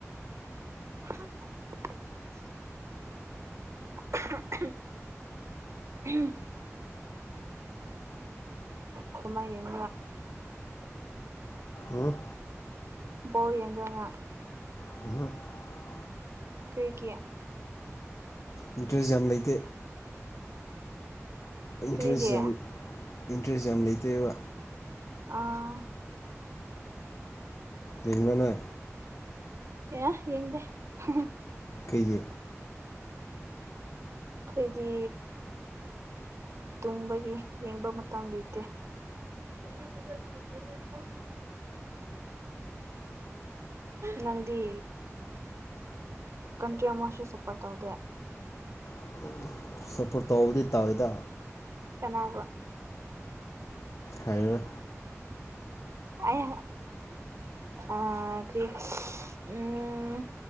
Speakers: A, on the right; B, on the left.
A: ꯍ <unintelligible> <unintelligible> ꯈꯨꯃ ꯌꯦꯡ
B: ꯎꯝ
A: ꯕꯣꯜ ꯌꯦꯡꯕ꯭ꯔ ꯉ
B: ꯍꯝ <unintelligible>
A: ꯀꯩꯒꯤ
B: ꯏꯟꯇꯌꯁ ꯌꯥꯝ ꯂꯩꯇꯦ ꯏꯟꯇꯔꯦꯁ
A: ꯀꯔꯤꯒꯤ
B: ꯌꯥꯝ ꯏꯟꯇꯔꯦꯁ ꯌꯥꯝ ꯂꯩꯇꯦꯕ
A: ꯑ
B: ꯇꯦꯡꯕꯥꯅꯣꯏ
A: ꯑꯌꯥ ꯌꯦꯡꯗꯦ ꯍꯨꯡ ꯍꯨꯡ
B: ꯀꯩꯒꯤ
A: ꯑꯩꯈꯣꯏꯗꯤ ꯇꯨꯝꯕꯒꯤ ꯌꯦꯡꯕ ꯃꯇꯝ ꯂꯩꯇꯦ ꯂꯧꯁꯤꯟꯕ ꯉꯝꯗꯕ ꯅꯪꯗꯤ ꯀꯟꯇ꯭ꯔꯤ ꯑꯃꯁꯨ ꯁꯄꯣꯔꯠ ꯇꯧꯗꯦ
B: <unintelligible> ꯁꯄꯣꯔꯠ ꯇꯧꯕꯗꯤ ꯇꯧꯋꯦꯗ
A: ꯀꯅꯥꯕ꯭ꯔꯣ
B: ꯍꯥꯏꯔꯣꯏ
A: ꯑ <unintelligible> ꯑ ꯀꯔꯤ ꯎꯝ